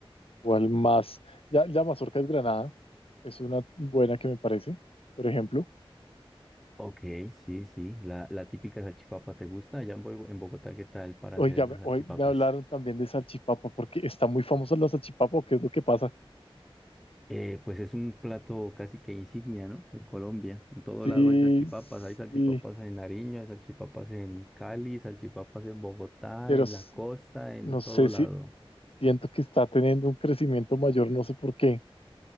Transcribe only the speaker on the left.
¿Cuál más? Ya, la mazorca es granada. Es una buena que me parece, por ejemplo.
Oiga,
me-
hoy me hablaron también de salchipapa, porque está muy famosa la salchipapa, ¿o ¿qué es lo que pasa?
Sí,
sí,
pero
s-
no
sé si
Siento que está teniendo un crecimiento mayor, no sé por qué,